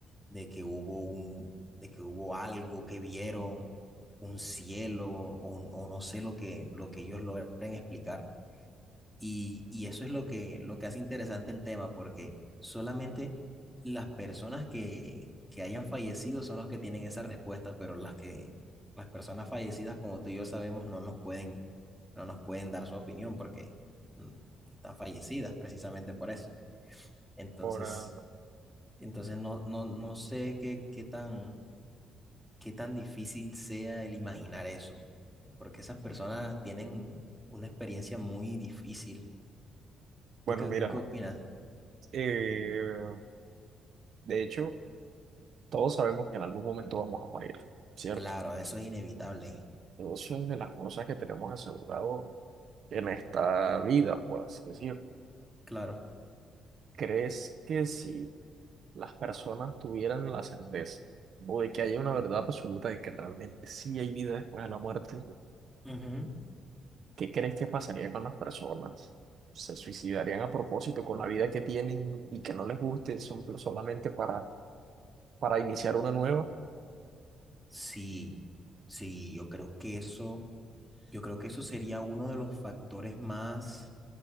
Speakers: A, in the centre; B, on the right.
A: de que hubo un, de que hubo algo que vieron. un cielo o, o no sé lo que, lo que ellos logren explicar, y, y eso es lo que, lo que hace interesante el tema, porque solamente las personas que, que hayan fallecido son los que tienen esa respuesta, pero las que, las personas fallecidas, como tú y yo sabemos, no nos pueden, no nos pueden dar su opinión porque mm, están fallecidas precisamente por eso. Entonces,
B: Ahora,
A: entonces no, no, no sé qué, qué tan, qué tan difícil sea el imaginar eso, porque esas personas tienen una experiencia muy difícil. ¿Tú
B: bueno,
A: qué,
B: mira,
A: tú qué opinas?
B: eh, de hecho, todos sabemos que en algún momento vamos a morir, ¿cierto?
A: Claro, eso es inevitable.
B: Eso es de las cosas que tenemos asegurado en esta vida, por así decirlo.
A: Claro.
B: ¿Crees que si las personas tuvieran la certeza o de que haya una verdad absoluta de que realmente sí hay vida después de la muerte,
A: Ujú.
B: qué crees que pasaría con las personas? ¿Se suicidarían a propósito con la vida que tienen y que no les guste son- solamente para, para iniciar una nueva?
A: Sí, sí, yo creo que eso, yo creo que eso sería uno de los factores más